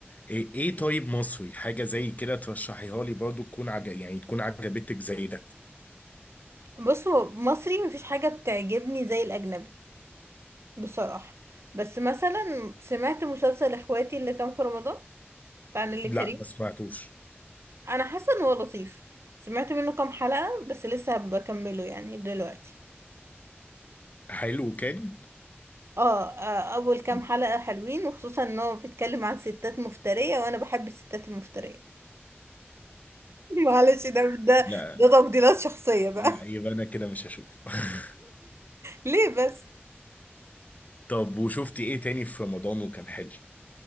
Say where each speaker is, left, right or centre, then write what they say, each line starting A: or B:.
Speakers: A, on the left (about 40°); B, on the right (about 85°).
A: ايه ايه طيب مصري حاجه زي كده ترشحيها لي برضو تكون عج... يعني تكون عجبتك زي ده
B: <laughs> بص هو مصري مفيش حاجة بتعجبني زي الأجنبي بصراحة بس مثلا سمعت مسلسل إخواتي اللي كان في رمضان بتاع نيللي
A: لا
B: كريم
A: ما سمعتوش
B: أنا حاسة إن هو لطيف سمعت منه كام حلقة بس لسه بكمله يعني دلوقتي
A: حلو كان
B: اه آه، أول كام
A: مم.
B: حلقة حلوين وخصوصا إن هو بيتكلم عن ستات مفترية وأنا بحب الستات المفترية معلش ده ده
A: لا
B: ده تفضيلات شخصية بقى
A: لا
B: <laughs>
A: يبقى انا كده مش هشوف <laughs>
B: ليه بس
A: طب وشفتي ايه تاني في رمضان وكان حلو